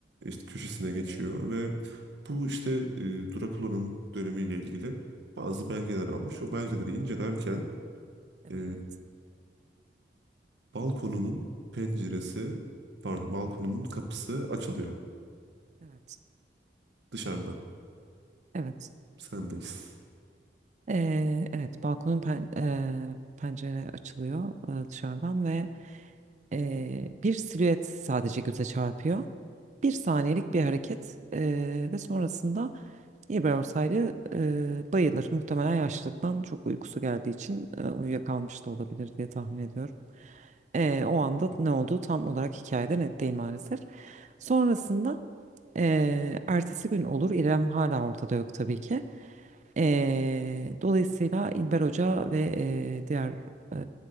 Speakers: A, on the right; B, on the right.
A: İşte köşesine geçiyor
B: Evet.
A: ve bu işte e, Drakula'nın dönemiyle ilgili bazı belgeler almış. O belgeleri incelerken
B: Evet.
A: e, balkonunun penceresi, pardon, balkonunun kapısı açılıyor
B: Evet.
A: dışarıdan.
B: Evet.
A: Sendeyiz.
B: Ee, evet. Balkonun pen, e, pencere açılıyor e, dışarıdan ve e, bir silüet sadece göze çarpıyor. Bir saniyelik bir hareket e, ve sonrasında İbrahim Ortaylı e, bayılır. Muhtemelen yaşlılıktan çok uykusu geldiği için e, uyuyakalmış da olabilir diye tahmin ediyorum. Ee, o anda ne olduğu tam olarak hikayede net değil maalesef. Sonrasında ee, ertesi gün olur. İrem hala ortada yok tabii ki. Ee, dolayısıyla İlber Hoca ve ee, diğer ee,